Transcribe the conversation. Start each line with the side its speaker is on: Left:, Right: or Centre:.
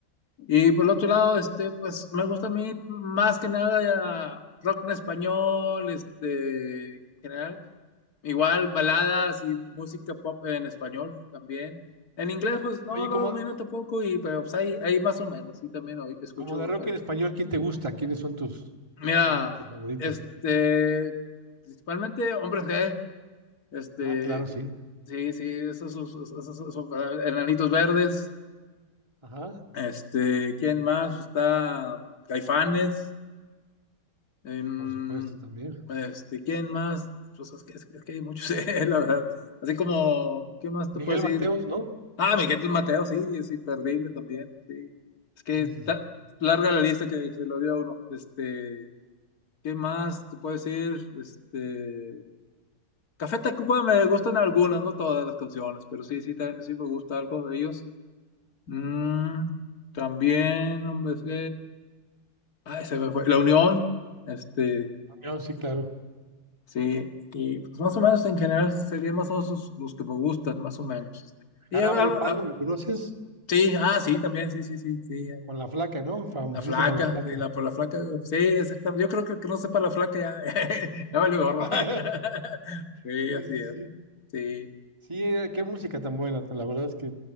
Left: Y por el otro lado, este, pues me gusta a mí más que nada ya rock en español, este, en general, igual baladas y música pop en español también. En inglés, pues no
Right: Oye,
Left: lo
Right: como,
Left: domino tampoco, y pero pues ahí, ahí más o menos, sí también hoy escucho
Right: como de rock
Left: frecuente.
Right: en español, ¿quién te gusta? ¿Quiénes son tus
Left: Mira,
Right: intérpretes favoritos?
Left: este, principalmente hombres G, este,
Right: Ah, claro, sí.
Left: sí, sí, esos, esos, esos esos son para- enanitos verdes,
Right: Ajá,
Left: este, ¿quién más? Está Caifanes. Em,
Right: por supuesto también.
Left: este, ¿quién más? Pues es que, es que- es que hay muchos, <laughs> eh, la verdad. Así como, ¿qué más
Right: Miguel
Left: te puedo decir?
Right: Mateos, ¿no?
Left: Ah, Miguel Mateo, sí, es imperdible también, sí. Es que
Right: Sí, sí,
Left: ta-
Right: sí.
Left: larga la lista que se lo dio a uno. Este, ¿qué más te puedo decir? Este, Café Tacuba me gustan algunas, no todas las canciones, pero sí, sí, ta- sí me gusta algo de ellos. Mm, también, hombre, sí. Ay, se me fue. La Unión, este,
Right: No, sí, claro.
Left: Sí, y pues más o menos en general serían más o menos los, los que me gustan, más o menos. este. Y,
Right: Jarabe
Left: ah, ah,
Right: de Palo,
Left: ah,
Right: ¿lo conoces?
Left: sí, ah, sí, también, sí, sí, sí, sí. eh,
Right: Con la flaca, ¿no? Famosísima
Left: La flaca,
Right: la flaca.
Left: sí, la, por la flaca, sí, exactamente. Yo creo que el que no sepa la flaca ya, <laughs> ya vale gorro.
Right: <laughs>
Left: <laughs> Sí,
Right: Sí,
Left: así
Right: sí, sí.
Left: es. Sí.
Right: Sí, eh, qué música tan buena, la verdad es que...